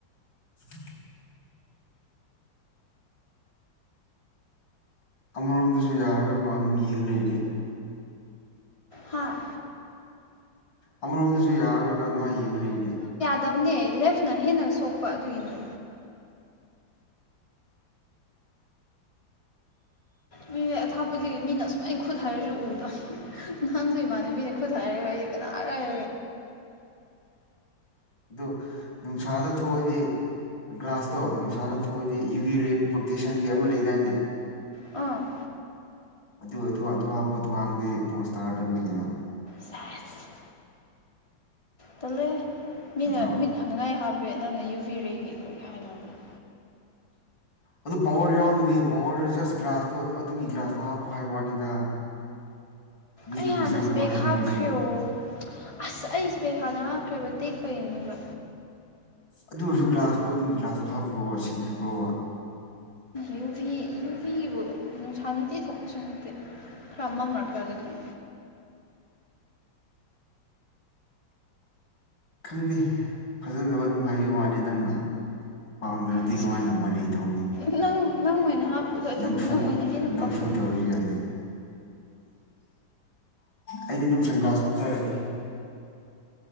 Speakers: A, on the left; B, on the left.
A: <unintelligible> ꯑꯃꯔꯣꯝꯗꯁꯨ ꯌꯥꯔꯔꯣꯏꯀꯣ ꯑꯗꯨꯝ ꯌꯦꯡꯉꯥ ꯂꯩꯔꯗꯤ
B: ꯍꯥꯥ
A: ꯑꯃꯔꯣꯝꯗꯁꯨ ꯌꯥꯔꯔꯣꯏꯕ ꯑꯗꯨꯃꯥꯏ ꯌꯦꯡꯉ ꯂꯩꯔꯗꯤ
B: ꯀꯗꯝꯅꯦ ꯂꯦꯐꯅ ꯍꯦꯟꯅ ꯁꯣꯛꯄ ꯑꯗꯨꯏꯒꯤꯅꯤ ꯃꯤ ꯑꯊꯥꯞꯄꯗꯒꯤ ꯃꯤꯅ ꯑꯁꯨꯛꯃꯥꯏꯅ ꯈꯨꯠ ꯍꯥꯏꯔꯁꯨ ꯎꯗꯕ ꯅꯍꯥꯟꯁꯨ ꯏꯃꯥꯟꯅꯕꯤꯅ ꯈꯨꯠ ꯍꯥꯏꯔꯒ ꯑꯩꯗꯤ ꯀꯅꯥ ꯑ <unintelligible>
A: <inaudible> ꯑꯗꯨ ꯅꯨꯡꯁꯥꯗ ꯊꯣꯛꯑꯗꯤ ꯒ꯭ꯂꯥꯁꯇꯣ ꯅꯨꯡꯁꯥꯗ ꯊꯣꯛꯑꯗꯤ ꯌꯨꯔꯤꯔꯤ ꯄ꯭ꯔꯣꯇꯦꯁꯟꯒꯤ ꯑꯃ ꯂꯩꯗꯥꯏꯅꯦ
B: ꯑ
A: ꯑꯗꯨ ꯑꯗꯨ ꯑꯗꯨ ꯍꯥꯞꯄꯨ ꯑꯗꯨ ꯍꯥꯞꯄꯒꯤ ꯄꯣꯁꯇꯥꯔꯗꯝ ꯃꯤ ꯂꯩꯩꯅꯣ
B: ꯁꯦꯁ ꯇꯜꯂꯦ ꯃꯤꯅ
A: ꯅꯠꯇ꯭ꯔꯣ
B: ꯃꯤꯠ ꯐꯅꯉꯥꯏ ꯍꯥꯞꯄꯦ ꯅꯪꯅ ꯌꯨꯕꯤꯔꯦꯒ ꯑꯩꯈꯣꯏꯒꯤ ꯍꯥꯏꯅꯕꯗ
A: ꯑꯗꯨ ꯄꯋꯥꯔ ꯌꯥꯎꯗꯣꯏꯅꯦ ꯄꯋꯥꯔ ꯖꯁ ꯒ꯭ꯂꯥꯁꯇꯣ ꯑꯗꯨꯒꯤ ꯒ꯭ꯂꯥꯁꯇꯣ ꯍꯥꯞꯄꯣ ꯍꯥꯏꯕ ꯋꯥꯅꯤꯗ <inaudible> ꯃꯤꯅ
B: ꯑꯩ
A: ꯐꯖꯅꯕ
B: ꯍꯥꯟꯅꯁ ꯕꯦꯒ
A: ꯍꯥꯏꯕꯤꯔꯁꯨ
B: ꯍꯥꯞꯈ꯭ꯔꯦꯣ ꯑꯁ ꯑꯩꯁ ꯕꯦꯒ ꯊꯅꯉꯈ꯭ꯔꯕ ꯇꯦꯛꯄ ꯌꯦꯡꯉꯕ
A: ꯑꯗꯨ ꯑꯣꯏꯔꯁꯨ ꯒ꯭ꯂꯥꯁꯇꯣ ꯑꯗꯨꯒꯤ ꯒ꯭ꯂꯥꯁꯇꯣ ꯍꯥꯞꯄ꯭ꯔꯣꯕ ꯁꯤꯦꯡꯖꯤꯈ꯭ꯔꯣꯕ
B: ꯌꯨ ꯚꯤ ꯌꯨ ꯚꯤꯕꯨ ꯅꯨꯡꯁꯥ ꯅꯨꯡꯇꯤ ꯊꯣꯛꯄꯁꯨ ꯅꯠꯇꯦ ꯐ꯭ꯔꯝ ꯑꯃꯝꯔꯈꯔꯖꯤ ꯊꯝ
A: ꯈꯪꯗꯦ ꯐꯖꯅꯕ ꯑꯗꯨꯝ ꯍꯥꯏꯕ ꯋꯥꯅꯤ ꯅꯪꯅ ꯄꯥꯝꯗ꯭ꯔꯗꯤ
B: ꯑꯁ
A: ꯀꯃꯥꯏꯅ ꯇꯧꯃ ꯂꯩ ꯇꯧꯅꯤ
B: ꯅꯪ ꯅꯪ ꯑꯣꯏꯅ ꯍꯥꯞꯄꯗꯣ ꯑꯗꯨꯗꯤ
A: ꯅꯝꯐꯨ
B: ꯅꯪ ꯑꯣꯏꯅ ꯍꯦꯟꯅ
A: ꯅꯝꯐꯨꯗ
B: ꯄꯛꯀꯅꯤ
A: ꯑꯣꯏꯔꯒꯦ ꯑꯩꯗꯤ ꯑꯗꯨꯝ ꯁꯪꯀ꯭ꯔꯥꯁ ꯍꯥꯞꯆꯔꯒꯦ